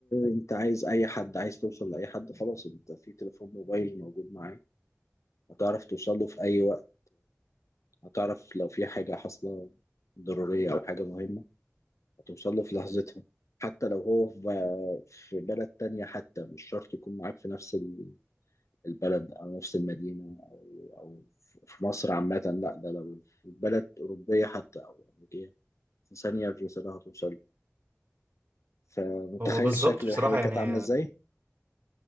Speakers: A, on the left; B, on the right.
A: انت عايز اي حد عايز توصل لاي حد خلاص انت في تليفون موبايل موجود معاك هتعرف توصل له في اي وقت هتعرف لو في حاجه حاصله ضروريه او حاجه مهمه هتوصل له في لحظتها حتى لو هو في في بلد تانية حتى مش شرط يكون معاك في نفس ال- البلد أو نفس المدينة أو أو في مصر عامة لا ده لو في بلد أوروبية حتى أو أمريكية في ثانية الرسالة هتوصل له فمتخيل
B: هو بالظبط
A: شكل
B: بصراحة
A: الحياة كانت
B: يعني
A: عاملة إزاي؟